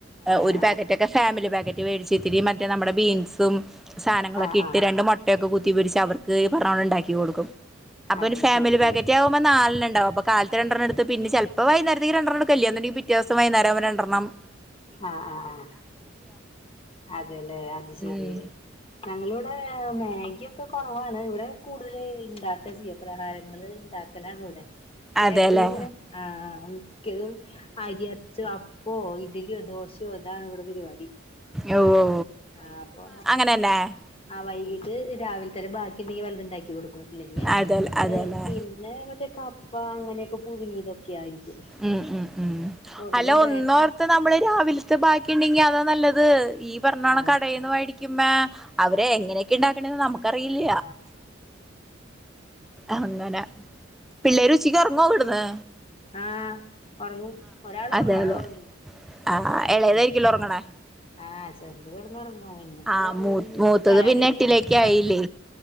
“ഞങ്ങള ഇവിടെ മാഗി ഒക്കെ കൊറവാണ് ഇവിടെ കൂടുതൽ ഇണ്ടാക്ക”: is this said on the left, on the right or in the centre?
Left